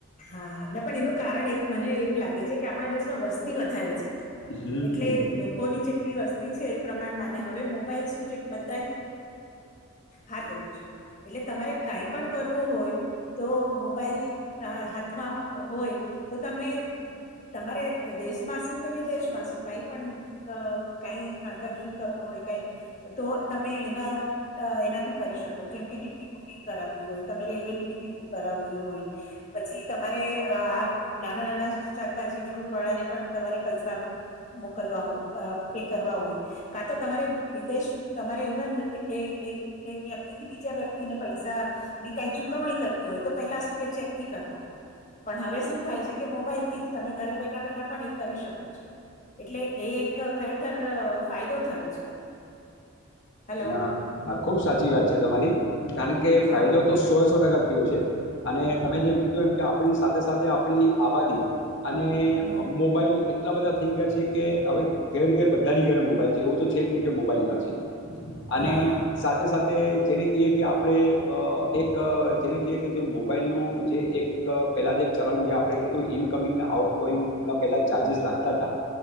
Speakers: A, on the left; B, on the left.
A: હા હા પણ એનું કારણ એક મને એમ લાગે છે કે આપણા દેશમાં વસ્તી વધારે છે
B: હમ
A: એટલે લોકોની જેટલી વસ્તુ છે એ પ્રમાણમાં અને હવે મોબાઈલ શું છે કે બધા હા જયું છે એટલે તમારે કઈ પણ કરવું હોય તો મોબાઈલ હાથમાં હોય તો તમે તમારે દેશમાં શું કે વિદેશ માં શું કઈ પણ કઈ ટ્રાન્ઝેક્શન કરવું હોય ક તો તમે એના એનાથી કરી શકો જેમ કે ટિકિટ બુકિંગ કરાવવી હોય તમે રેલવેની ટિકિટ બુક કરાવવી હોય પછી તમારે આ નાના નાના શાકભાજી ફ્રૂટ વાળા ને પણ તમારે પૈસા મોકલવા હો પે કરવા હોય કા તો તમારે વિદેશ તમારે ઇવન એ એક એક વ્યક્તિ થી બીજા વ્યક્તિને પૈસા ની કઈ ચુકવણી કરવી હોય તો પેલા શું કે ચેક થી કર પણ હવે શું થાય છે કે મોબાઈલથી જ તમે ઘરે બેઠા બેઠા પણ એ કરી શકો છો એટલે એ એક ખરેખર ફાયદો થયો છે હેલો
B: ના ના હા ખુબ સાચી વાત છે તમારી કારણ કે
A: હા
B: ફાયદો તો સો સો ટકા અને તમે
A: હમ
B: જેમ કીધું એમ કે આપણી સાથે સાથે આપણી આબાદી અને
A: હમ
B: મોબાઈલ એટલા બધા થઈ ગયા છે કે હવે ઘેર ઘેર બધાની ઘરે મોબાઈલ છે એવું તો છે જ નહી કે મોબાઈલ નથી અને
A: હા હા
B: સાથે સાથે જેને કહીએ કે આપણે એક જેને કહીએ કે જે મોબાઈલનું જે એક પેલા જે ચલણ જે આપણે કીધું ઇનકમિંગ આઉટગોઈંગ ના પેલા ચાર્જસ લાગતા હતા